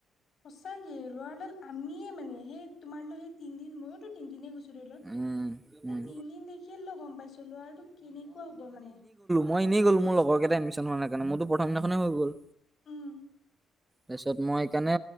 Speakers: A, on the left (about 50°); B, on the right (about 20°).
A: সঁচাকে লৰাডাল আমিয়ে মানে, সেই তোমালৈ তিনদিন, ময়োতো তিনদিনে গৈছো। সেই
B: উম উম
A: তিনদিন দেখিয় লগ, গম পাইছো লৰাটো কেনেকুৱা হ'ব মানে।
B: মইনেই গ'ল মোৰ লগৰ কেইটা এডমিশ্যন হোৱাৰ কাৰণ মইোথম দিনানে হৈ গ'ল।
A: উম।
B: তাৰপিছত মই সেইকাৰণে